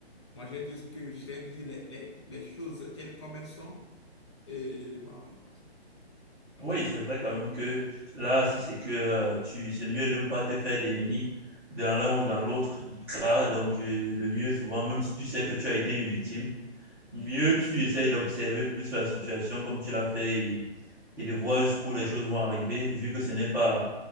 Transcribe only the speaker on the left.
Moi, j'ai dit ce que j'ai dit, les, les, les choses telles comme elles sont. Et bon, en
tout cas,